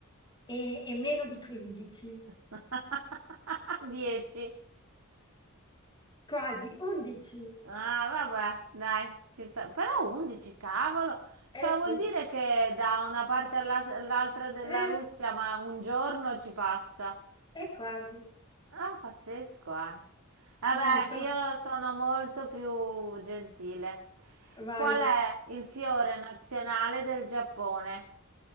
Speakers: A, on the left; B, on the right.
A: e, e meno di 15.
B: <laughs> Dieci.
A: Quasi 11.
B: Ah, vabbè, dai, ci sta. Però 11, cavolo.
A: Eh
B: Cioè, vuol
A: sì,
B: dire che da una parte alla- all'altra della
A: eh,
B: Russia, ma un giorno ci passa.
A: è quasi.
B: Ah, pazzesco, eh. Vabbè,
A: Molto.
B: io sono molto più gentile.
A: Vai.
B: Qual è il fiore nazionale del Giappone?